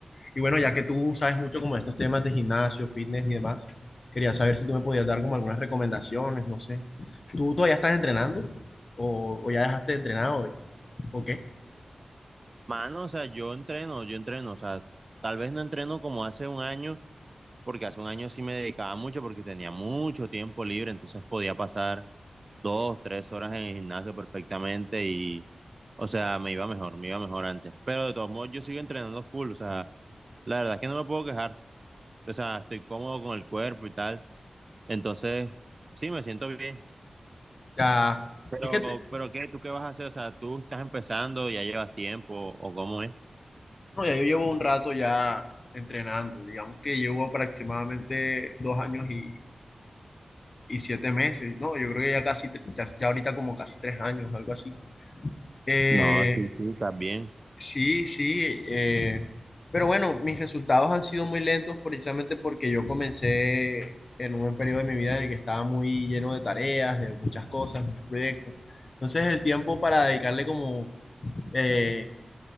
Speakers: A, on the left (about 45°); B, on the right (about 40°).
A: Y bueno, ya que tú sabes mucho como de estos temas de gimnasio, fitness y demás, quería saber si tú me podías dar como algunas recomendaciones, no sé. ¿Tú todavía estás entrenando? ¿O, o ya dejaste de entrenar? ¿O, o qué?
B: Mano, o sea, yo entreno, yo entreno, o sea, tal vez no entreno como hace un año, porque hace un año sí me dedicaba mucho porque tenía mucho tiempo libre, entonces podía pasar dos, tres horas en el gimnasio perfectamente y, o sea, me iba mejor, me iba mejor antes. Pero de todos modos, yo sigo entrenando full, o sea, la verdad es que no me puedo quejar, o sea, estoy cómodo con el cuerpo y tal, entonces sí, me siento bien.
A: Ya,
B: Pero,
A: es que, te-
B: pero ¿qué? ¿Tú qué vas a hacer? O sea, ¿tú estás empezando, ya llevas tiempo o cómo es?
A: no, ya yo llevo un rato ya entrenando, digamos que llevo aproximadamente dos años y y siete meses, ¿no? Yo creo que ya casi, tre- ya, ya ahorita como casi tres años, algo así. Eh,
B: No, sí, sí, también.
A: sí, sí, eh, pero bueno, mis resultados han sido muy lentos precisamente porque yo comencé en un periodo de mi vida en el que estaba muy lleno de tareas, de muchas cosas, muchos proyectos. Entonces el tiempo para dedicarle como eh,